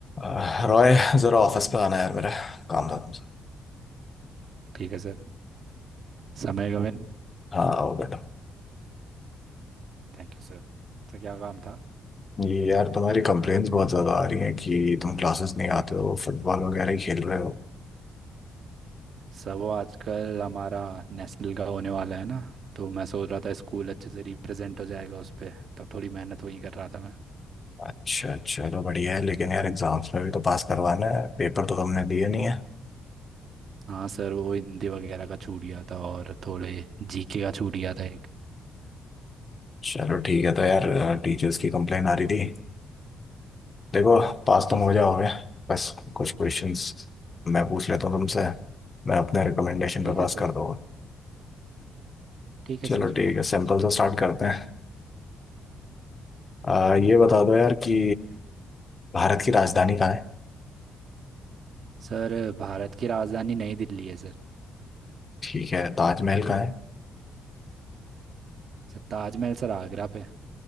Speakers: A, on the left; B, on the right.
A: अह, रॉय जरा ऑफिस पे आना यार मेरा काम था तुमसे
B: ठीक है सर समय गगन
A: हाँ आओ बेटा
B: Thank you sir तो क्या काम था
A: ये यार तुम्हारी कंप्लेन्स बहुत ज्यादा आ रही हैं कि तुम क्लासेस नहीं आते हो फुटबॉल वगैरह ही खेल रहे हो
B: सर वो आजकल हमारा नेशनल का होने वाला है ना तो मैं सोच रहा था स्कूल अच्छे से रिप्रेजेंट हो जाएगा उस पर तब थोड़ी मेहनत वही कर रहा था मैं
A: अच्छा चलो बढ़िया है लेकिन यार एग्जाम्स में भी तो पास करवाना है पेपर तो तुमने दिए नहीं है
B: हाँ सर वो हिंदी वगैरह का छूट गया था और थोड़े जीके का छूट गया था एक
A: चलो ठीक है तो यार टीचर्स की कंप्लेन आ रही थी देखो पास
B: जी
A: तुम हो
B: सर
A: जाओगे बस कुछ क्वेश्चंस मैं पूछ लेता हूँ तुमसे मैं अपने रिकमेंडेशन
B: ठीक
A: पे पास
B: है सर
A: कर दूंगा
B: ठीक है
A: चलो
B: सर
A: ठीक है सिंपल से स्टार्ट करते हैं आ, ये बता दो यार कि भारत की राजधानी कहाँ है
B: सर भारत की राजधानी नई दिल्ली है sir
A: ठीक है ताजमहल कहाँ है
B: Sir Taj Mahal sir Agra पे